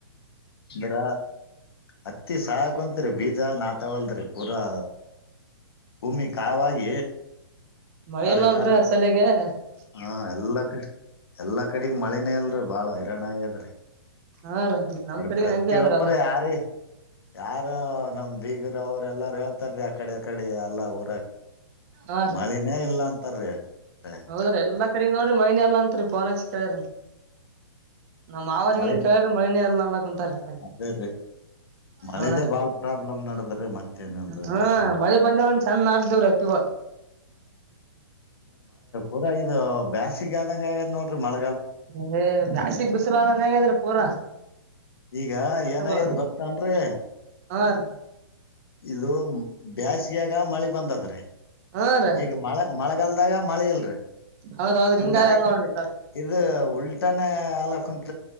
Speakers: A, on the left; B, on the right.
A: ಅಂದ್ರ ಹತ್ತಿ ಸಾಕುತ್ರಿ ಬೀಜ ನಾತವಲ್ದ್ರರಿ ಪೂರಾ ಭೂಮಿ ಕಾವಾಗಿ
B: ಮಳೆ
A: ಬಾಳ
B: ಇಲ್ಲ
A: ಇದಲ್ಲ
B: ಅಲ್ರೀ ಆ ಸಲಿಗೆ? ಹಾ
A: ಹಾ ಎಲ್ಲ ಕಡೆ ಎಲ್ಲಾ ಕಡೆಗ್ ಮಳನೇ ಇಲ್ರಿ ಬಾಳ ಹಿರಾಣ ಆದ್ರಿ
B: ಹಾ ರೀ ನಮ್
A: ಬರಿ
B: ಕಡೆಗ
A: ಪ್ರತಿಯೊಬ್ಬ್ರ
B: ಹೆಂಗೆ ಆದ್ರಲ್ಲ
A: ಯಾರ ಯಾರ ನಮ್ ಬೀಗರ ಅವ್ರ್ ಎಲ್ಲಾರ ಹೇಳ್ತಾರ ರೀ ಆಕಡೆ ಆಕಡೆ ಎಲ್ಲವ್
B: ಹಾ
A: ಮಳಿನೇ ಇಲ್ಲಂತ ತರ್ರ <unintelligible> ಹ
B: ಹೌದ್ರೀ ಎಲ್ಲಾ ಕಡೆಗ ನೋಡ್ರಿ ಮಳಿನೆ ಎಲ್ಲ ಅಂತರಿ ಪೋನಚ್ ಕೇಳಾದ್ರೆ ನಮ ಅವರಿಗನ್
A: ಮಳಿ
B: ಕೇಳ್ರ ಮೈನ <unintelligible> ಎಲ್ಲ ಅಲ್ಲ ಕುಂತಾರ ಆ ಕಡೆ
A: ಅದೇ ರೀ ಮಳೆದೇ
B: ಹ
A: ಬಾಳ ಪ್ರಾಬ್ಲಮ್ ನಡದ್ರಿ ಮತ್ತೇನಿಲ್ರಿ ಅದ್ರ
B: ಹ
A: ಸಲ
B: ಮಳಿ ಬಂದ ಚಂದ ಮಾಡ್ದವ್ರೀ ಅತ್ತಗ
A: ಊರ ಇದು <unintelligible> ಬ್ಯಾಸಿಗ ಆದಂಗ ಆಗದ್ ನೋಡ್ರಿ ಮಳ
B: <unintelligible> ಬ್ಯಾಸಿಗ್ ಬಿಸಿಲಾದಂಗ್ ಆಗ್ಯದ್ರಿ ಪೂರ
A: ಈಗ
B: ಗದ್ದೆ
A: ಏನಾಗ್ಯದ
B: ವ
A: ಗೊತ್ತೇನ್ರಿ
B: <unintelligible>
A: ಇದು ಬೇಸಗೆಗ ಮಳಿ ಬಂದದ್ರೆ
B: ಹಾ ರೀ
A: ಈಗ ಮಳೆ ಮಳೆ ಗಲ್ದಾಗ <unintelligible> ಮಳೆ ಇಲ್ರಿ
B: ಹೌದ್ ಹೌದ್ರಿ
A: ಹಂಗ
B: ಹಿಂಗ ಆಗ್ಯದ ನೋಡ್ರಿ ಸದ್ದ
A: ಇದು ಉಲ್ಟಾನೇ ಅಲ್ಲ ಕುಂತ್ಕ್